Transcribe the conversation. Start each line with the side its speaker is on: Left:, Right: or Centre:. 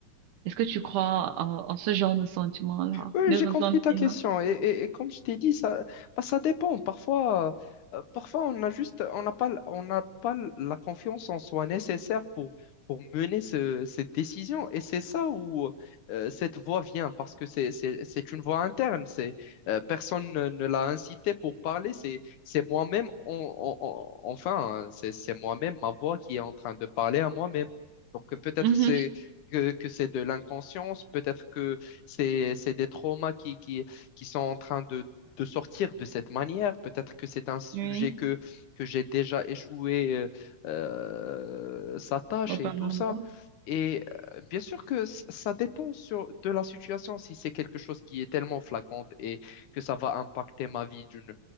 Right: Est-ce que tu crois en, en ce genre de sentiment-là,
Left: Oui,
Right: de
Left: j'ai
Right: ressentiment?
Left: compris ta question. Et, et- et comme je t'ai dit, ça, bah, ça dépend. Parfois, euh, parfois on a juste, on n'a pas, on n'a pas la confiance en soi nécessaire pour, pour mener ce- cette décision. Et c'est ça où euh, cette voix vient, parce que c'est, c'est, c'est une voix interne. C'est, euh, personne ne, ne l'a incité pour parler. C'est, c'est moi-même, on- on- on- enfin, hein, c'est, c'est moi-même, ma voix qui est en train de parler à moi-même. Donc peut-être
Right: Mhm.
Left: c'est que, que c'est de l'inconscience, peut-être que c'est, c'est des traumas qui, qui, qui sont en train de, de sortir de cette manière. Peut-être que c'est un sujet
Right: Oui,
Left: que, que j'ai déjà échoué euh, euh, sa tâche
Right: apparemment.
Left: et tout ça. Et euh, bien sûr que c- ça dépend sur, de la situation. Si c'est quelque chose qui est tellement flagrante et que ça va impacter ma vie d'une